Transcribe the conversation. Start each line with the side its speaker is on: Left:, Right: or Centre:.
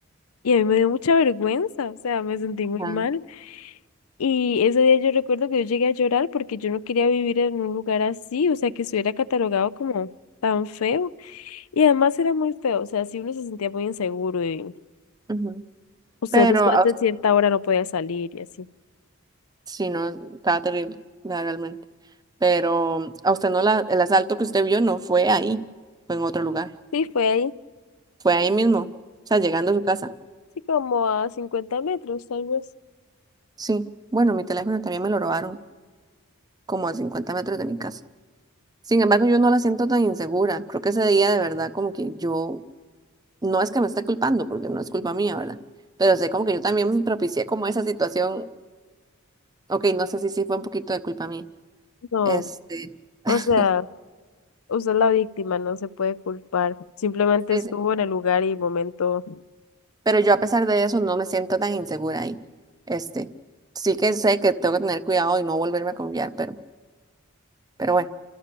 Left: Y a mí me dio mucha vergüenza, o sea, me sentí muy
Right: ajá,
Left: mal. Y ese día yo recuerdo que yo llegué a llorar porque yo no quería vivir en un lugar así, o sea, que estuviera catalogado como tan feo. Y además era muy feo, o sea, si uno se sentía muy inseguro y
Right: ujú.
Left: usted
Right: Pero,
Left: después de cierta hora no podía salir y así.
Right: Sí, no, estaba terrible, la- realmente. Pero a usted no, la, el asalto que usted vio no fue ahí, fue en otro lugar.
Left: Sí, fue ahí.
Right: Fue ahí mismo, o sea, llegando a su casa.
Left: Sí, como a 50 metros, tal vez.
Right: Sí, bueno, mi teléfono también me lo robaron, como a 50 metros de mi casa. Sin embargo, yo no la siento tan insegura. Creo que ese día de verdad como que yo, no es que me esté culpando, porque no es culpa mía, ¿verdad? Pero sé como que yo también propicié como esa situación. Ok, no sé si sí fue un poquito de culpa mía.
Left: No,
Right: Este,
Left: o
Right: <laughs>
Left: sea, usted es la víctima, no se puede culpar. Simplemente
Right: sí,
Left: estuvo
Right: sí.
Left: en el lugar y momento.
Right: Pero yo a pesar de eso no me siento tan insegura ahí. Este, sí que sé que tengo que tener cuidado y no volverme a confiar, pero, pero bueno,